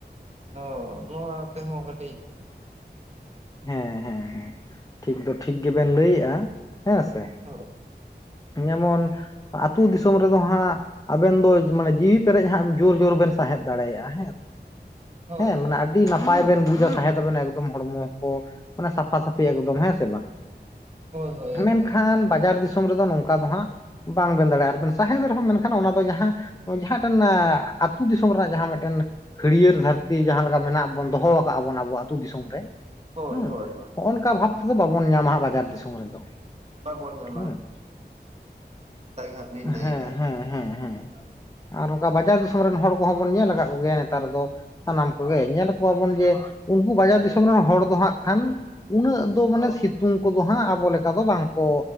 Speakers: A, on the right; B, on the left.
A: ᱟᱫᱚ ᱱᱚᱣᱟ ᱛᱮᱦᱚᱸ ᱠᱟᱹᱴᱤᱡ
B: ᱦᱮᱸ ᱦᱮᱸ ᱦᱮᱸ ᱴᱷᱤᱠ ᱫᱚ ᱴᱷᱤᱠ ᱜᱮᱵᱮᱱ ᱞᱟᱹᱭᱮᱜᱼᱟ ᱦᱮᱸᱥᱮ,
A: <inaudible>
B: ᱡᱮᱢᱚᱱ ᱟᱹᱛᱩᱳ ᱫᱤᱥᱚᱢ ᱨᱮᱫᱚ ᱦᱟᱸᱜ ᱟᱵᱮᱱ ᱫᱚ ᱢᱟᱱᱮ ᱡᱤᱣᱤ ᱯᱮᱨᱮᱡ ᱦᱟᱸᱜ ᱡᱳᱨ ᱡᱳᱨ ᱵᱮᱱ ᱥᱟᱦᱮᱸᱮᱫ ᱫᱟᱲᱮᱭᱟᱜᱼᱟ ᱦᱮᱸᱥᱮ,
A: <inaudible>
B: ᱦᱮᱸ
A: ᱦᱳᱭ
B: ᱢᱟᱱᱮ ᱟᱹ ᱰᱤ ᱱᱟᱯᱟᱭ ᱵᱮᱱ ᱵᱩᱡᱟ ᱥᱟᱦᱮᱸᱛᱟᱵᱮᱱ ᱮᱠᱫᱚᱢ ᱦᱚᱲᱢᱚ ᱠᱚ ᱢᱟᱱᱮ ᱥᱟᱯᱷᱟ ᱥᱟᱟᱹᱯᱷᱤ ᱮᱠᱫᱚᱢ ᱦᱮᱸ ᱥᱮ ᱵᱟᱝ?
A: ᱦᱳᱭ ᱦᱳᱭ ᱮᱠᱫᱚᱢ
B: ᱢᱮᱱᱠᱷᱟᱱ ᱵᱟᱡᱟᱨ ᱫᱤᱥᱚᱢ ᱨᱮᱫᱚ ᱱᱚᱝᱠᱟ ᱫᱚ ᱦᱟᱸᱜ ᱵᱟᱝᱵᱱ ᱫᱟᱲᱮᱭᱟᱜᱼᱟ ᱟᱨᱵᱮᱱ ᱥᱟᱦᱮᱸᱫ ᱨᱮᱦᱚᱸ ᱢᱮᱱᱠᱷᱟᱱ ᱚᱱᱟ ᱫᱚ ᱡᱟᱦᱟᱸ ᱚ ᱡᱟᱦᱟᱸ ᱴᱷᱮᱱ ᱟᱸᱜ ᱟᱹᱛᱩ ᱫᱤᱥᱚᱢ ᱨᱮᱱᱟᱜ ᱡᱟᱦᱟᱸ ᱢᱤᱫᱴᱮᱱ ᱦᱟᱹᱲᱭᱟᱹᱨ ᱫᱷᱟᱹᱨᱛᱤ ᱡᱟᱦᱟᱸ ᱞᱮᱠᱟ ᱢᱮᱱᱟᱜ ᱵᱚᱱ ᱫᱚᱦᱚ ᱠᱟᱜᱼᱟ ᱵᱚᱱ ᱟᱵᱚ ᱟᱹᱛᱩ ᱫᱤᱥᱚᱢ ᱨᱮ, ᱦᱩᱸ
A: ᱦᱳᱭ ᱦᱳᱭ ᱦᱳᱭ
B: ᱦᱚᱸᱜᱼᱚ ᱱᱚᱝᱠᱟ ᱵᱷᱟᱵ ᱛᱮᱫᱚ ᱵᱟᱵᱚᱱ ᱧᱟᱢᱟ ᱵᱟᱡᱟᱨ ᱫᱤᱥᱚᱢ ᱨᱮᱫᱚ᱾
A: ᱵᱟᱵᱚᱱ ᱧᱟ
B: ᱦᱩᱸ ᱦᱮᱸ
A: ᱦᱟᱸᱜ ᱵᱤᱱ ᱞᱟᱹᱭ
B: ᱦᱮᱸ
A: ᱠᱟᱜᱼᱟ
B: ᱦᱮᱸ ᱦᱮᱸ ᱦᱮᱸ᱾ ᱟᱨ ᱚᱱᱠᱟ ᱵᱟᱡᱟᱨ ᱫᱤᱥᱚᱢ ᱨᱮᱱ ᱦᱚᱲ ᱠᱚᱦᱚᱸ ᱵᱚᱱ ᱧᱮᱞ ᱠᱟᱜ ᱠᱚᱜᱮᱭᱟ ᱱᱮᱛᱟᱨ ᱫᱚ ᱥᱟᱱᱟᱢ ᱠᱚᱜᱮ ᱧᱮᱞ ᱠᱚᱣᱟᱵᱚᱱ ᱡᱮ ᱩᱱᱠᱩ ᱵᱟᱡᱟᱨ ᱫᱤᱥᱚᱢ ᱨᱮᱱ ᱦᱚᱲ ᱫᱚ ᱦᱟᱸᱜ ᱠᱷᱟᱱ ᱩᱱᱟᱹᱜ ᱫᱚ ᱢᱟᱱᱮ ᱥᱤᱛᱩᱝ ᱠᱚᱫᱚ ᱦᱟᱸᱜ ᱟᱵᱚ ᱞᱮᱠᱟ ᱫᱚ ᱵᱟᱝᱠᱚ